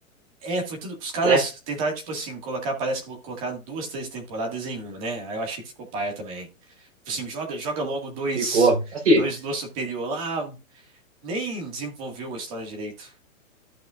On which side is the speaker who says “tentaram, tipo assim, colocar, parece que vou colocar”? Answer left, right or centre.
Right